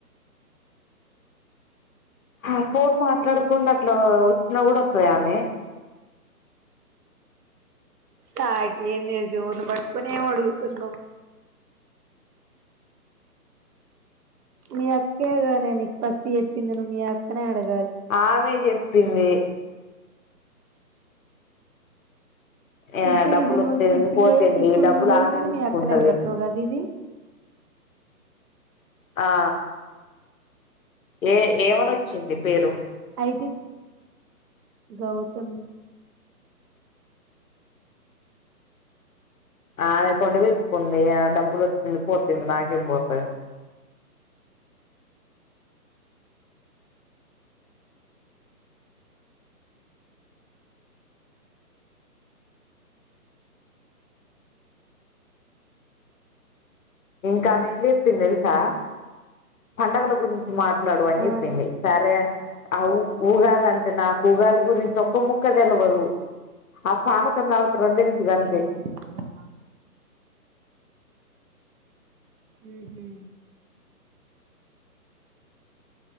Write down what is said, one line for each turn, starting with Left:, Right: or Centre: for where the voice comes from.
Left: ఆ ఫోన్ మాట్లాడకుండా అట్లా వచ్చినా కూడా వత్తయానే
Right: నాకెం తెలుసు ఎవర్నీ పట్టుకొని ఏం అడుగుతున్నావు మీ అక్కేగానే నీకు ఫస్ట్ చెప్పిందిను మీ అక్కనే అడగ
Left: ఆమె చెప్పింది య
Right: ఇప్పుడు
Left: డబ్బులు
Right: ఇది నువ్వు
Left: వాతేంది
Right: ఇప్పుడు
Left: పోతేంది
Right: చే ఇప్పుడు
Left: వారికి ఈ డబ్బులు
Right: నువ్వు చేసింది
Left: ఆమె తీసుకుంటది
Right: మీ అక్క నెంబర్ తో కదా ఇది
Left: ఆ ఏ ఏమని వచ్చింది పేరు
Right: అయితే ఇప్ గౌతమి
Left: ఆమే అకౌంట్ వెట్కుంది ఆ డబ్బులు వత్తెంది పోతెంది నాకేం పోతది ఇంకా ఆమె ఎట్ల చెప్పింది తెలుసా పండగల గురించి మాట్లాడు అని చెప్పింది
Right: ఆ
Left: సరే అం ఆ ఉ ఉగాది అంటే నాకు ఉగాది గురించి ఒక్క ముక్క తెలువదు ఆ పానా కం తాగుతరని తెలుసు
Right: ఇద్ద
Left: గంతే
Right: ఉహు